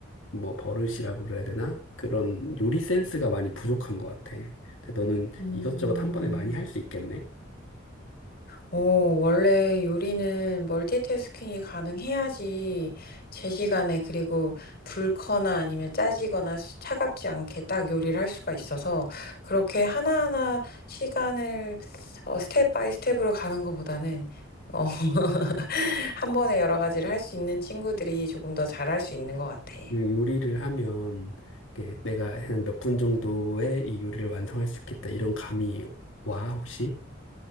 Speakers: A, on the left; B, on the left.
A: 뭐 버릇이라고 그래야 되나? 그런 요리 센스가 많이 부족한 것 같아. 근데 너는
B: 음.
A: 이것저것 한 번에 많이 할 수 있겠네?
B: 오, 원래 요리는 멀티태스킹이 가능해야지 제 시간에 그리고 불거나 아니면 짜지거나 시- 차갑지 않게 딱 요리를 할 수가 있어서 그렇게 하나하나 시간을 어, 스텝 바이 스텝으로 가는 것보다는 어, <laughs> 한 번에 여러 가지를 할 수 있는 친구들이 조금 더 잘할 수 있는 것 같아.
A: 음, 요리를 하면 이게 내가 한 몇 분 정도에 이 요리를 완성할 수 있겠다 이런 감이 와 혹시?